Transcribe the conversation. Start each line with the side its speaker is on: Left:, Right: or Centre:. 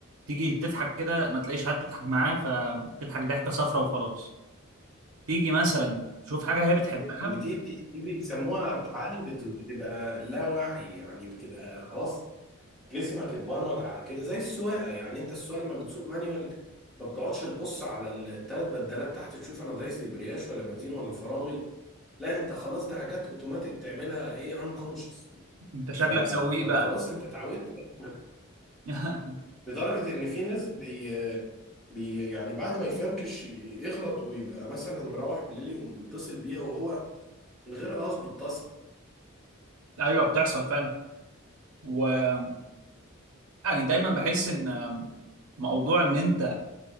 Right: تيجي تضحك كده ما تلاقيش حد تضحك معاه فتضحك ضحكة صفرة وخلاص تيجي مثلا تشوف حاجة هي بتحبها
Centre: ودي دي بيسموها تعالي بت- بتبقى لا وعي يعني بتبقى خلاص جسمك اتبرمج على كده زي السواقه يعني انت السواقه لما بتسوق مانيوال ما بتقعدش تبص على الثلاث بدلات تحت تشوف انا دايس دبرياش ولا بنزين ولا فرامل لا انت خلاص دي حاجات اوتوماتيك بتعملها ايه انكونشس
Right: انت شكلك
Centre: ف...
Right: سويق
Centre: فخلاص
Right: بقى
Centre: انت اتعودت بقى.
Right: <laughs>
Centre: لدرجه ان في ناس بي... بي يعني بعد ما يفركش يغلط ويبقى مثلا مروح بالليل يقوم متصل بيها وهو من غير قصده اتصل
Right: ايوه بتحصل فعلا ويعني دايما بحس ان موضوع ان انت